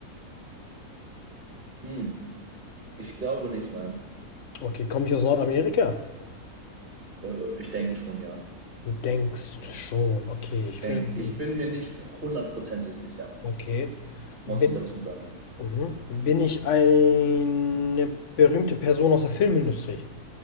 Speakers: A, on the right; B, on the left.
A: Hm. Ich glaube nicht, nein.
B: Okay, komme ich aus Nordamerika?
A: Äh, ich denke schon, ja.
B: Du denkst schon. Okay, ich
A: Denk.
B: bin.
A: Ich bin mir nicht hundertprozentig sicher,
B: Okay.
A: muss
B: Bin,
A: ich dazu sagen.
B: mhm. Bin ich eine berühmte Person aus der Filmindustrie?